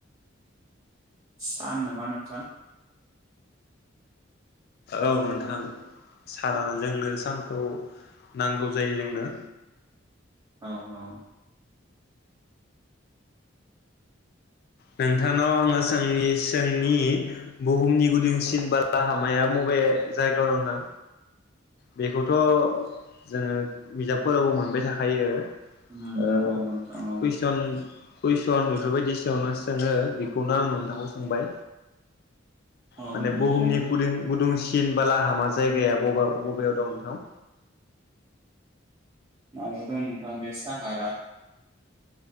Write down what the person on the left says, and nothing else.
औ नोंथां सानानो जोंनो सानखौ नांगौ जायो जोंनो।
नोंथांनाव आङो सोंनि सों नि बुहुमनि गुदुंसिन बाला हामाया मबे जायगायाव दं नोंथां? बेखौथ' जोङो बिजाबफोराव मोन मोनबाय थाखायो।
ओ
कुइसन कुइस स आं बेफोरबायदि सिगांआवनो सोङो बेखौनो आं नोंथांखौ सोंबाय।
माने बुहुमनि
गुदुं गुदुंसि सिन बाला हामा जायगाया बबाव? बबेयाव दं नोंथां?